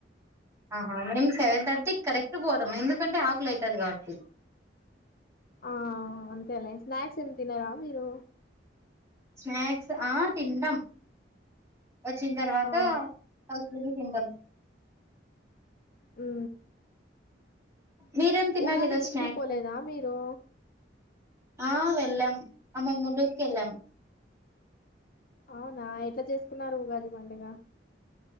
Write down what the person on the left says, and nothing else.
ఆ అంతేలే స్నాక్స్ ఎంత తినారా మీరు
ఆ
అవు
ఉగాది
కింటికి
పోలేదా మీరు
అవునా ఎట్లా చేసుకున్నారు గాది పండుగ